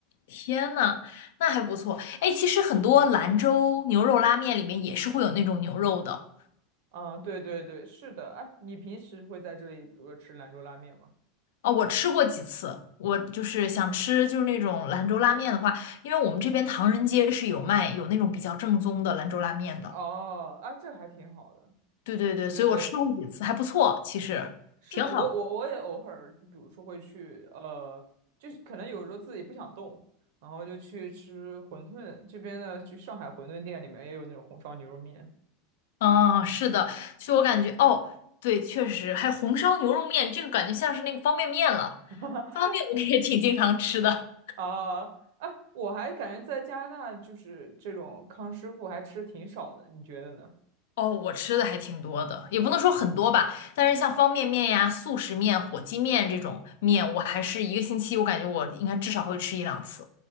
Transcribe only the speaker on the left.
天呐，那还不错。哎，其实很多兰州牛肉拉面里面也是会有那种牛肉的。
哦，我吃过几次，我就是想吃就是那种兰州拉面的话，因为我们这边唐人街是有卖有那种比较正宗的兰州拉面的。
对对对，
所以我吃过几次，还不错，其实挺好的。
嗯，是的，就我感觉，哦，对，确实，还有红烧牛肉面，这个感觉像是那个方便面了。
方便面我也挺经常吃的，
哦，我吃的还挺多的，也不能说很多吧，但是像方便面呀、速食面、火鸡面这种面，我还是一个星期，我感觉我应该至少会吃一两次。